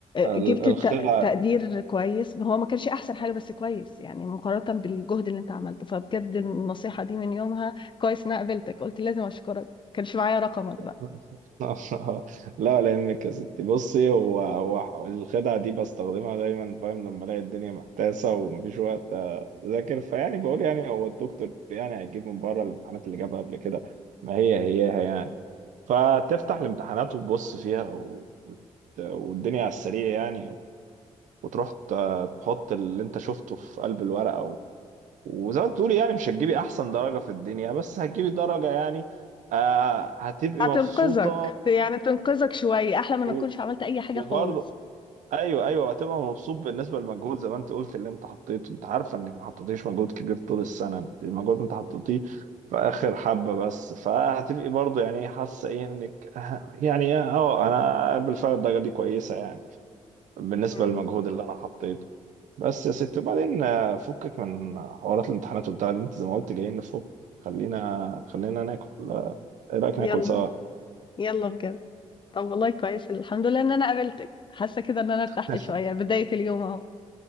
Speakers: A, on the right; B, on the left.
A: ال-
B: جبت
A: الخدعه
B: تق- تقدير كويس هو ما كانش احسن حاجه بس كويس يعني مقارنه بالجهد اللي انت عملته فبجد النصيحه دي من يومها كويس ان انا قابلتك قلت لازم اشكرك كانش معايا رقمك
A: <laughs>
B: بقى
A: لا لا يهمك يا ستي بصي هو هو الخدعه دي بستخدمها دايما فاهم لما الاقي الدنيا محتاسه ومفيش وقت آه، اذاكر فيعني بقول يعني هو الدكتور يعني هيجيب من بره الامتحانات اللي جابها قبل كده ما هي هيها يعني فتفتح الامتحانات وتبص فيها و... وت- والدنيا على السريع يعني وتروح ت- تحط اللي انت شفته في قلب الورقة و... وزي ما بتقولي يعني مش هتجيبي احسن درجة في الدنيا بس هتجيبي درجة يعني آه هتبقي
B: هتنقذك
A: مبسوطة
B: يعني تنقذك شويه احلى ما نكونش
A: و...
B: عملت اي حاجه
A: وبرضه
B: خالص
A: ايوه ايوه هتبقى مبسوط بالنسبه للمجهود زي ما انت قلت اللي انت حطيته انت عارفه انك ما حطيتيش مجهود كبير طول السنه انت المجهود انت حطيتيه في اخر حبه بس فهتبقي برضه يعني حاسه ايه انك <laughs> آه، يعني اه انا بالفعل الدرجه دي كويسه يعني بالنسبه
B: مم.
A: للمجهود اللي انا حطيته بس يا ستي وبعدين آه، فكك من حوارات الامتحانات وبتاع دي انت زي ما قلت جايين نفك خلينا خلينا ناكل آه، ايه رايك
B: يلا
A: ناكل سوا
B: مم. يلا بجد. طب والله كويس الحمد لله ان انا قابلتك حاسه كده ان انا ارتحت
A: <laughs>
B: شويه بدايه اليوم اهو